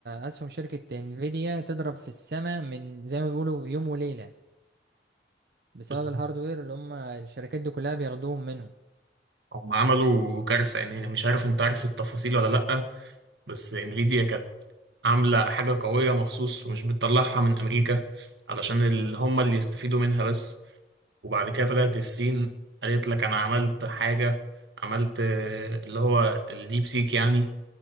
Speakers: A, on the right; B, on the right.
A: أسهم شركة انفيديا تضرب في السماء من زي ما بيقولوا في يوم وليلة بسبب
B: بص،
A: الهاردوير اللي هم الشركات دي كلها بياخدوهم منه
B: هم عملوا كارثة يعني مش عارف انت عارف التفاصيل ولا لأ بس انفيديا كانت عاملة حاجة قوية مخصوص ومش بتطلعها من أمريكا علشان ال- هم اللي يستفيدوا منها بس وبعد كده طلعت الصين قالت لك أنا عملت حاجة عملت آه، اللي هو الديب سيك يعني